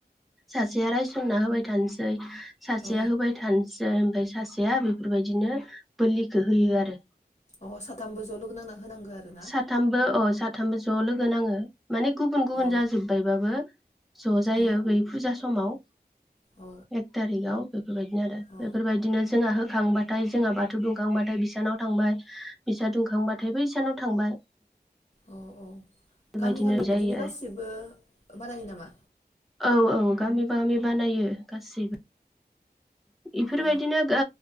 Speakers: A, in the centre; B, on the left (about 45°).
A: सासेया रायस <unintelligible> होबाय थानोसै। सासेया
B: औ
A: होबाय थानोस ओमफाय सासेया बि बेफोरबायदिनो बोलि खो होयो आरो।
B: अ साथामबो ज लोगो' नांना होनांगो आरो ना?
A: साथामबो अ साथामबो ज' लोगो नाङो। माने गुबुन गुबुन
B: अ
A: जाजोब्बायबाबो ज' जायो
B: औ
A: बै फुजा समाव।
B: औ
A: एक तारिकाव बेफोरबायदिनो आरो
B: औ
A: बेफोरबायदिनो जोङा हो खांबाथाय जोंहा बाथौ दुंखांबाथाय बिसानाव थांबाय बिसा दुंखांबाथाय बै सानाव थांबाय।
B: अ औ
A: बेफोरबायदिनो
B: गामि गामि
A: जायो
B: बिदिनो
A: आरो
B: गासिबो बानायो नामा?
A: औ औ गामि <unintelligible> बानायो गासैबो। इफोरबायदिनो
B: अ
A: ओ गो